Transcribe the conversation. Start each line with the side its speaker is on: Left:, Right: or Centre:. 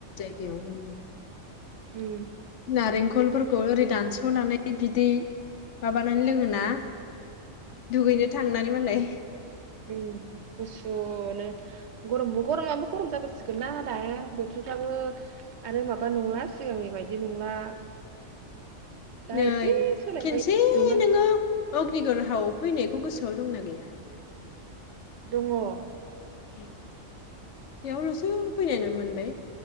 Left: याद ओं
Right: उम
Left: नारेंखलफोरखौ ओरै दानस'नानै बिदै माबानानै लोङोोना? दुगैनो थांनानै म ाल <inaudible>
Right: उ गुसुनो गरम गरम आबो गरमा सिगोन ना आ दा बोथोरफ्राबो आरो माबा नंला सिगांनि बायदि नंला दा
Left: नै
Right: एसे सोलायबाय
Left: खनसे
Right: दुंनायफोर
Left: नोङो अग्निगरहावआव फैनायखौ गोसोआव दंना गैया?
Right: दङ <unintelligible>
Left: बेयावल'सो फैनाय मोनबाय